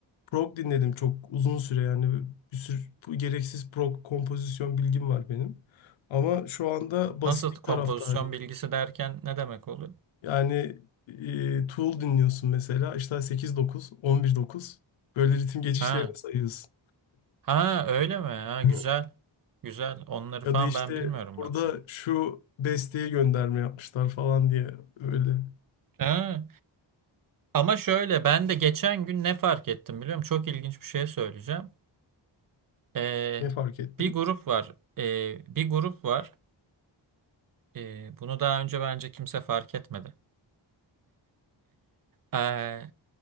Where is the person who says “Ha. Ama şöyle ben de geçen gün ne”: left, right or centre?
Right